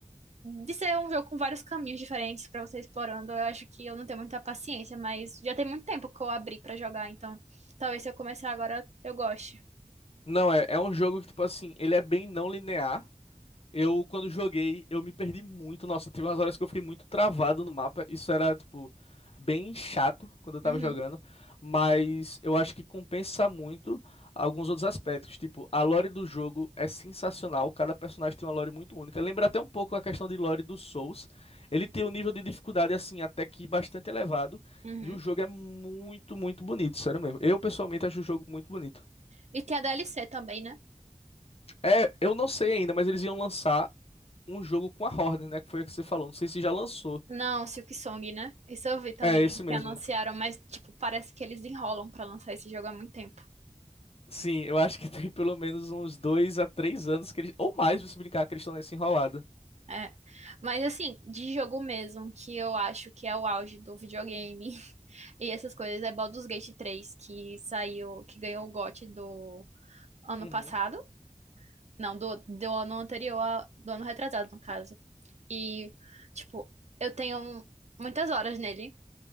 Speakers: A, on the right (about 60°); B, on the left (about 50°).
A: de ser um jogo com vários caminhos diferentes pra você explorando. Eu acho que eu não tenho muita paciência, mas já tem muito tempo que eu abri pra jogar, então talvez se eu começar agora eu goste.
B: Não, é, é um jogo que, tipo assim, ele é bem não linear. Eu, quando joguei, eu me perdi muito. Nossa, teve umas horas que eu fiquei muito travado no mapa. Isso era, tipo, bem chato quando eu tava
A: Uhum,
B: jogando. Mas eu acho que compensa muito alguns outros aspectos. Tipo, a lore do jogo é sensacional. Cada personagem tem uma lore muito única. Lembra até um pouco a questão de lore do Souls. Ele tem um nível de dificuldade, assim, até que bastante elevado.
A: uhum.
B: E o jogo é muito, muito bonito, sério mesmo. Eu, pessoalmente, acho o jogo muito bonito.
A: E tem a DLC também, né?
B: É, eu não sei ainda, mas eles iam lançar um jogo com a Horde, né? Que foi o que você falou. Não sei se já lançou.
A: Não, Silk Song, né? Isso eu vi também,
B: É, esse mesmo.
A: que anunciaram, mas, tipo, parece que eles enrolam pra lançar esse jogo há muito tempo.
B: Sim, eu acho que tem pelo menos uns dois a três anos que eles. Ou mais, se brincar, que eles estão nessa enrolada.
A: É. Mas assim, de jogo mesmo, que eu acho que é o auge do videogame <laughs> e essas coisas, é Baldur's Gate três que saiu, que ganhou o GOT do ano
B: Uhum.
A: passado. Não, do, do ano anterior, a- do ano retrasado, no caso. E, tipo, eu tenho muitas horas nele.